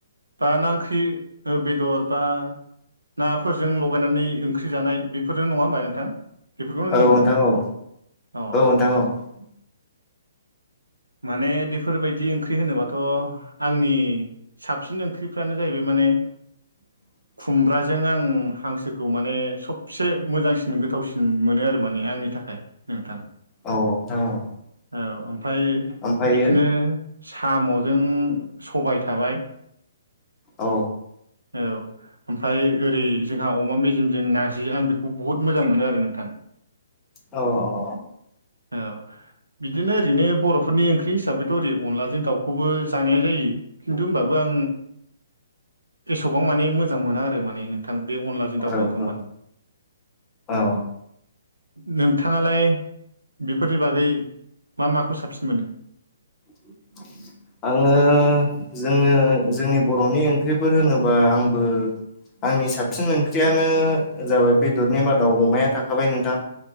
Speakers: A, on the right; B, on the left.
A: ओ ना ओंख्रि बेदर बा नाफोरजों लगायनानै ओंख्रि जानाय बेफोरजों नङा होमबा नोंथां। बेफोरखौनो होनदों
B: औ नोंथां
A: दा
B: औ
A: अ
B: <unintelligible>
A: माने बेफोरबायदि ओंख्रि होनोबाथ' आंनि साबसिन ओंख्रिफ्रानो जाहैबाय माने
B: <inaudible>
A: खुमब्राजों आं हांसोखौ माने सबसे मोजांसिन गोथावसिन मोनो आरो माने आंनि थाखाय नोंथां
B: औ नोंथां औ
A: औ ओमफाय
B: ओमफ्रायो
A: बिदिनो सामजों सबाय थाबाय
B: औ
A: औ ओमफ्राय ओरै जोंहा अमा मेजेमजों नारजि आं बेखौ बहुद मोजां मोनो आरो नोंथां।
B: औ औ
A: औ बिदिनो ओरैनो बर' फोरनि ओंख्रि हिसाबैथ' ओरै अनदलाजों दाउखौबो जानाया जायो खिन्थु होमबाबो आं एसेबां माने मोजां मोना आरो माने नोंथां बे अनलाजों दाउजोंखौ
B: औ औ
A: माने
B: औ
A: नोंथांङा लाय बेफोरनि बागै मा माखौ साबसिन मोनो।
B: <inaudible> आङो जोङो जोंनि बर'नि ओंख्रिफोर होनोबा आंबो आंनि साबसिन ओंख्रियानो जाबाय बेदरनि मादाव अमाया थाखाबाय नोंथां